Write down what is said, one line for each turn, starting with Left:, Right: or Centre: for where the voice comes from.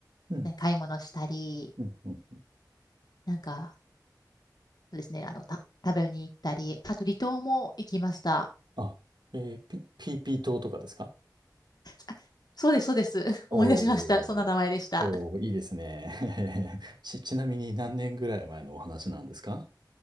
Right: うん、
Left: ね、買い物したり、
Right: うん、うん。
Left: なんか、そうですね、あの、た、食べに行ったり、あと離島も行きました。
Right: あ、えー、ピ、ピーピー島とかですか
Left: あ、そうです、そうです。<laughs>
Right: おー、
Left: 思い出しました。そんな名前でした。
Right: おー、いいですね。<laughs> ち、ちなみに何年ぐらい前のお話なんですか